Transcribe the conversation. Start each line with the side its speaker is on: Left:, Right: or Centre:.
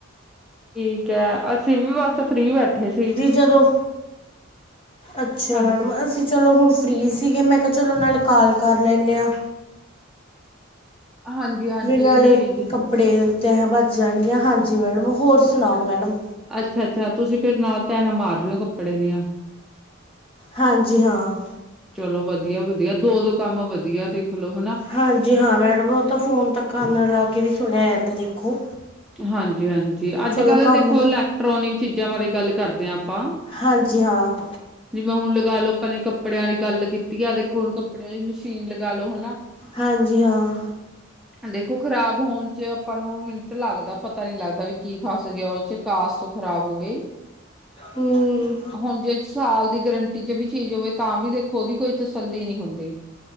Centre: ਠੀਕ ਏ, ਅਸੀਂ ਵੀ ਬਸ ਫ੍ਰਰੀ ਬੈਠੇ ਸੀ।
Left: ਕਿ ਜਦੋਂ, ਅੱਛਾ
Centre: ਹਾਂਜੀ।
Left: ਮੈਡਮ ਅਸੀਂ ਚਲੋ ਹੁਣ ਫ੍ਰਰੀ ਸੀਗੇ, ਮੈਂ ਕਿਹਾ ਚਲੋ ਨਾਲੇ ਕਾਲ ਕਰ ਲੈਂਦੇ ਆ।
Centre: ਹਾਂਜੀ-ਹਾਂਜੀ
Left: ਵੀ ਨਾਲੇ
Centre: ਇਹੀ ਚੀਜ਼
Left: ਕੱਪੜੇ ਤਹ ਵੱਜ ਜਾਣਗੀਆਂ, ਹਾਂਜੀ ਮੈਡਮ। ਹੋਰ ਸੁਣਾਓ
Centre: ਅੱਛਾ,
Left: ਮੈਡਮ
Centre: ਅੱਛਾ, ਅੱਛਾ ਤੁਸੀਂ ਫੇਰ ਨਾਲ ਤਹ ਮਾਰ ਰਹੇ ਹੋ ਕੱਪੜੇ ਦੀਆਂ।
Left: ਹਾਂਜੀ, ਹਾਂ।
Centre: ਚਲੋ ਵਦੀਆ, ਵਦੀਆ ਦੋ-ਦੋ ਕੰਮ ਵਧੀਆ ਦੇਖਲੋ ਹਨਾ।
Left: ਹਾਂਜੀ ਹਾਂ ਮੈਡਮ, ਉਹ ਤਾਂ ਫੋਨ ਕੱਨ ਨਾਲ ਲਾ ਕੇ ਵੀ ਸੁਣਿਆ ਜਾਂਦਾ ਦੇਖੋ।
Centre: ਹਾਂਜੀ-ਹਾਂਜੀ। ਜੀ ਅੱਜ
Left: ਚਲੋ
Centre: -ਕੱਲ੍ਹ
Left: ਕੰਮ
Centre: ਦੇਖੋ ਇਲੈਕਟ੍ਰੋਨਿਕ ਚੀਜ਼ਾਂ ਬਾਰੇ ਗੱਲ ਕਰਦੇ ਆਂ ਆਪਾਂ।
Left: ਹਾਂਜੀ ਹਾਂ
Centre: ਜਿਵੇਂ ਹੁਣ ਲਗਾ ਲੋ ਆਪਾਂ ਨੇ ਕੱਪੜਿਆਂ ਵਾਲ ਦੀ ਗੱਲ ਕੀਤੀ ਆ, ਦੇਖੋ ਹੁਣ ਕੱਪੜਿਆਂ ਵਾਲੀ ਮਸ਼ੀਨ ਲਗਾ ਲੋ ਹਨਾ।
Left: ਹਾਂਜੀ, ਹਾਂ।
Centre: ਅਹ ਦੇਖੋ ਖਰਾਬ ਹੋਣ ਚ ਆਪਾਂ ਨੂੰ ਮੀਣਟ ਲੱਗਦਾ ਪਤਾ ਨੀ ਲੱਗਦਾ ਵੀ ਕੀ ਫਸ ਗਿਆ ਔਹਦੇ ਚ ਕਾਸਤੋਂ ਉਹ ਖਰਾਬ ਹੋ ਗ ਹੋ ਗਈ,
Left: ਹੂੰ
Centre: ਹੁਣ ਜੇ ਸਾਲ ਦੀ ਗਰੰਟੀ ਚ ਵੀ ਚੀਜ਼ ਹੋਵੇ ਤਾਂ ਵੀ ਦੇਖੋ ਔਹਦੀ ਕੋਈ ਤਸੱਲੀ ਨਹੀਂ ਹੁੰਦੀ।